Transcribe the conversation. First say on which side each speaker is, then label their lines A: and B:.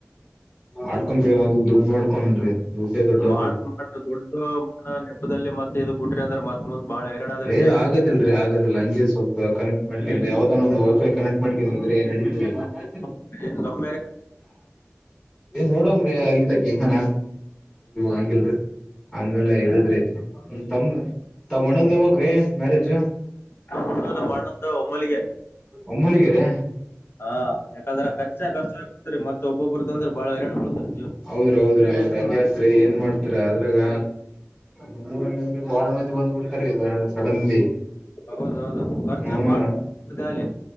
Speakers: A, on the left (about 20°); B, on the left (about 55°).
A: ಆಡ್ಕೊಂಡ್ರಿ ಮದ ದುಡ್ಡು ಮಾಡ್ಕೊಂಡ್ರಿ ದುಡ್ಡೇ ದೊಡ್ಡಪ್ಪರಿ
B: ಮಾಡತ್ ಮಾಡ ದೊಡ್ಡ ಮ ನೆಪದಲ್ಲಿ ಮತ್ತತ್ ಇದ್ ಬಿಟ್ರಿ ಅಂದ್ರ ಮತ್ ಮುಂದ್ ಬಾಳ ಹೈರಾಣ ಅದ್ರಿ
A: ಏ
B: ಜೀವ್ನ
A: ಆಗದಿಲ್ರರಿ ಆಗದಿಲ್ಲ ಹಂಗೆ ಸ್ವಲ್ಪ ಕನೆಕ್ಟ್ ಮಾಡ್ಕಂದ್ರ ಯಾವ್ದಾನ ಒಂದು ವೈಫೈ ಕನೆಕ್ಟ್ ಮಾಡ್ಕೊಂಡ್ರ ಇದ್ರೆ <unintelligible>
B: ಹ <unintelligible>
A: ಏನ್ ನೋಡಮ್ರಿ ಅಲ್ಲಿ ತಕಂಗ ನ ಆಗಿಲ್ರಿ ಆದ್ಮೇಲೆ ಹೇಳಿದ್ರಿ ಇದ ತ ನಂದ ಹೋಗೋಗ್ರೀ ಮ್ಯರೇಜ್
B: ನಮ್ದು ನಮ್ಮ ಅಣ್ಣಂದು ಒಮ್ಮಲಿಗೆ
A: ಒಮ್ಮನಿಗೆರ
B: ಹಾ ಯಾಕಂದ್ರೆಖರ್ಚನೆ ಖರ್ಚುತರಿ ಮತ್ತ ಒಬ್ಬೊಬ್ಬರುದ ಅಂದ್ರೆ ಬಾಳ ಹರಣ್ ಬಳ್ತರಿ
A: ಹೌದ್ರ ಹೌದ್ರ ಹೌದು ರಂಗ್ಯಾತ್ರಿ ಏನ್ ಮಾಡ್ತಾರ ಅದ್ರಾಗ ನಮ್ಮ ಊರಲ್ಲಿ ಅಂದ್ರೆ ಬಾಳ ಮಂದಿ ಬಂದ್ ಬಿಡ್ತಾರೆ ಸಡನ್ಲಿ
B: ಹೌದೌದು ಖರ್ಚು
A: ಹ್ಮ್
B: ಬಾಳದೆಲ್ಲಿ